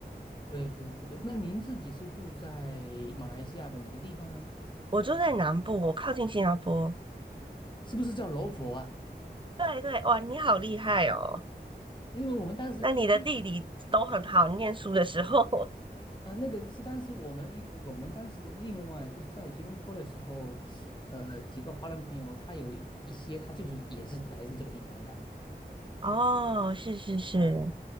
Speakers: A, on the left; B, on the right.
A: 对对对对，那您自己是住在马来西亚的哪个地方呢？
B: 我住在南部，我靠近新加坡。
A: 是不是叫柔佛啊？
B: 对对，哇，你好厉害哦！
A: 因为我们当时去
B: 那你的地理都很好，念书的时候。<laughs>
A: 嗯，那个是当时我们一我们当时的另外就是在吉隆坡的时候，呃，几个华人朋友，他有一些他就是也是来自这个地方的，
B: 哦，是是是，
A: 嗯，